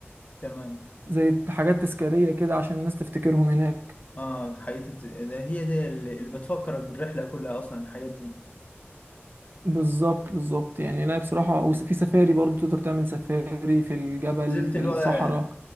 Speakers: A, on the left; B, on the right.
A: تمام
B: زي حاجات تذكارية كده عشان الناس تفتكرهم هناك
A: اه الحاجات الت- ده هي دي اللي اللي بتفكرك بالرحلة كلها أصلا الحاجات دي
B: بالظبط بالظبط يعني لا بصراحة وفي سفاري برضو تقدر تعمل سفاري في الجبل
A: نزلت
B: في
A: اللي
B: الصحراء
A: هو